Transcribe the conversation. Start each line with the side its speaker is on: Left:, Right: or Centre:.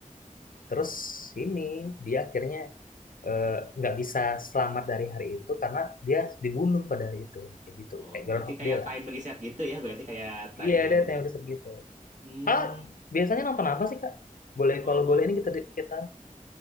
Left: Terus ini dia akhirnya eh, nggak bisa selamat dari hari itu karena dia dibunuh pada hari itu kayak gitu
Right: Oh,
Left: kayak Groundhog
Right: berarti kayak
Left: Day lah.
Right: time reset gitu ya? Berarti kayak time
Left: Iya ada
Right: yang udah...
Left: teori gitu.
Right: Hmm.
Left: Ah biasanya nonton apa sih Kak? Boleh
Right: Oh,
Left: kalau
Right: kalau,
Left: boleh ini kita kita